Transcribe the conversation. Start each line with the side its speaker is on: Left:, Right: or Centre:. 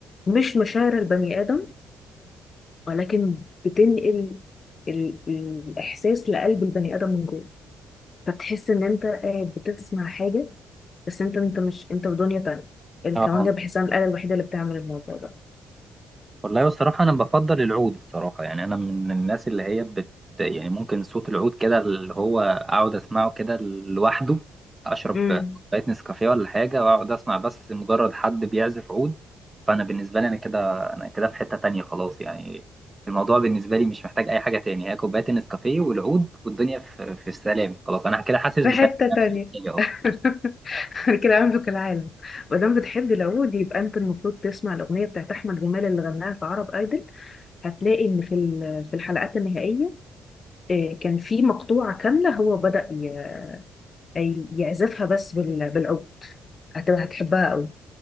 Left: مش مشاعر البني آدم ولكن بتنقل ال- الإحساس لقلب البني آدم من جوه فتحس إن أنت قاعد بتسمع حاجة بس انت انت مش انت في دنيا تانية الكمانجة
Right: اه
Left: بحسها الآلة الوحيدة اللي بتعمل الموضوع ده
Right: والله الصراحة أنا بفضل العود الصراحة يعني أنا من الناس اللي هي بت يعني ممكن صوت العود كده اللي هو أقعد أسمعه كده لوحده أشرب
Left: امم
Right: كوباية نسكافيه ولا حاجة وأقعد أسمع بس مجرد حد بيعزف عود فأنا بالنسبة لي أنا كده أنا كده في حتة تانية خلاص يعني الموضوع بالنسبة لي مش محتاج أي حاجة تاني هي كوباية النسكافيه والعود والدنيا في, في السلام خلاص أنا كده حاسس
Left: في
Right: بسلام
Left: حتة تانية
Right: نفسي أصلا
Left: <laughs> كده أملك العالم مادام بتحب العود يبقى انت المفروض تسمع الأغنية بتاعت أحمد جمال اللي غناها في عرب ايدل هتلاقي ان في ال- في الحلقات النهائية آه، كان في مقطوعة كاملة هو بدأ ي- أي- يعزفها بس بال- بالعود هتبقى هتحبها قوي